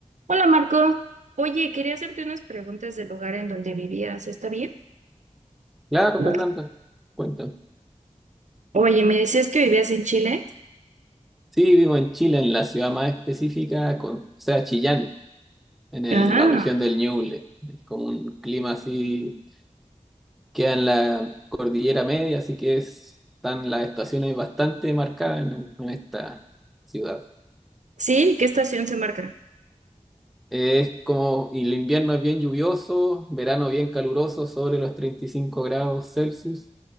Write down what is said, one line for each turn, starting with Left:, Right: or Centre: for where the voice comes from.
Right: Hola Marco, oye, quería hacerte unas preguntas del lugar en donde vivías, ¿está bien?
Centre: Claro,
Right: Claro.
Centre: Fernanda, cuéntame.
Right: Oye, me decías que vivías en Chile.
Centre: Sí, vivo en Chile, en la ciudad más específica, con, o sea, Chillán, en el-
Right: Ah,
Centre: la región del Ñuble. Es como un clima así, queda en la cordillera media, así que es- están las estaciones bastante marcadas en, en esta ciudad.
Right: sí, ¿qué estación se marca?
Centre: Es como, y el invierno es bien lluvioso, verano bien caluroso, sobre los 35 grados Celsius.